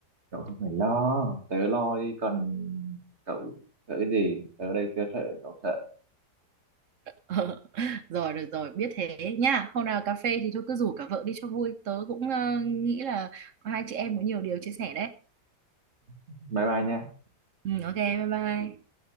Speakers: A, on the right; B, on the right.
A: cậu không phải lo tớ lo đi còn cậu sợ cái gì tớ ở đây chưa sợ cậu sợ
B: Ờ, Rồi được rồi, biết thế nhá. Hôm nào cà phê thì thôi cứ rủ cả vợ đi cho vui. Tớ cũng ờ, nghĩ là hai chị em có nhiều điều chia sẻ đấy.
A: bye bye nha.
B: Ừ, ok, bye bye.